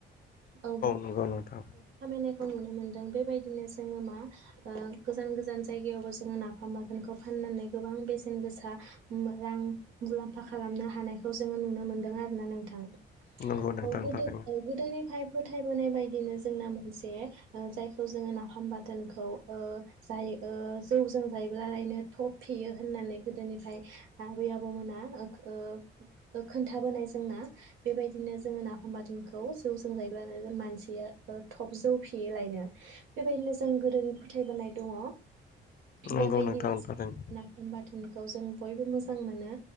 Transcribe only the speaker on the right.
औ बे
खामायनाय खौ नुनो मोनदों बेबायदिनो जोङो मा ओ गोजान गोजान जायगायावबो जोङो नाफाम बाथोनखौ फाननानै गोबां बेसेन गोसा रां मुलाम्फा खालामनो हानायखौ जोङो नुनो मोनदों आरो ना नोंथां
औ गोदो
औ गोदोनिफाय बाहायबोनाय बायदिनो जोंना मोनसे ओ जायखौ जोङो नाफाम बाथोनखौ ओ जायो ओ जौजों जायोब्लालायनो थब फेयो होननानै गोदोनिफ्राय आबै आबौमोना ओ खोन्थाबोनाय जोंना बेबायदिनो जोङो नाफाम बाथोनखौ जौजों जायो ब्ला मानसिया थब जौ फेयो लायनो बेबायदिनो जों गोदोनि फोथायबोनाय दङ
बेबायदिनो
जों
नाफाम बाथोनखौ खौ जों बयबो मोजां मोनो